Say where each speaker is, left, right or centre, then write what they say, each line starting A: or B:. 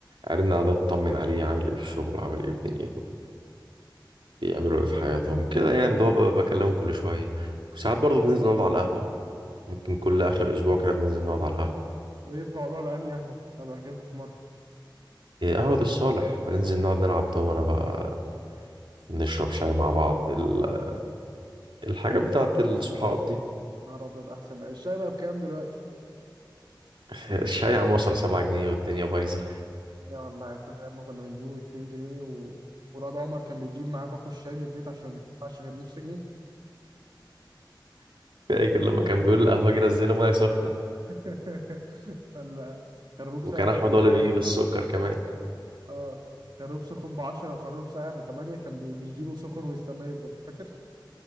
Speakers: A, on the right; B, on the right.
A: ارن على ده اطمن عليه عامل ايه في الشغل وعامل ايه في دنيته بيعملوا ايه في حياتهم كده يعني اللي هو ب- بكلمهم كل شوية وساعات برضه بننزل نقعد على القهوة ممكن كل آخر أسبوع كده بننزل نقعد على القهوة
B: طب ايه بتقعدوا على انهي قهوه هبقى اجيلكوا في مره
A: إيه، قهوة الصالح بننزل نقعد نلعب دومنة بقى نشرب شاي مع بعض ال- الحاجات بتاعت الصحاب دي
B: نهار ابيض احسن الشاي بقى بكام دلوقتي
A: <laughs> الشاي عم وصل سبعة جنيه والدنيا بايظة
B: يا والله فاكر لما كنا بنجيبه ب 2 جنيه و... ولاد عمر كان بيجيب معاه باكو الشاي من البيت عشان ما يدفعش غير نص جنيه
A: <laughs> فاكر لما كان بيقول القهوة جه نزلها مية سخنة
B: <laughs> ولا خروب
A: وكان
B: ساقع
A: أحمد هو اللي بيجيب السكر كمان
B: اه خروب سخن ب 10 وخروب ساقع ب 8 كان بي... بيجيبه سخن ويستناه يبرد فاكر